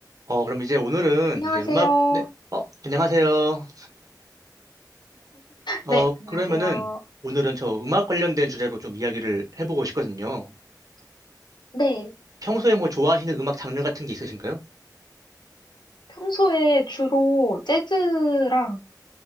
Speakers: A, on the right (about 50°); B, on the left (about 80°).
A: 어, 그럼 이제 오늘은
B: 안녕하세요.
A: 이제 음악, 네, 어, 안녕하세요. 어,
B: 네, 안녕하세요.
A: 그러면은 오늘은 저 음악 관련된 주제로 좀 이야기를 해보고 싶거든요.
B: 네,
A: 평소에 뭐 좋아하시는 음악 장르 같은 게 있으신가요?
B: 평소에 주로 재즈랑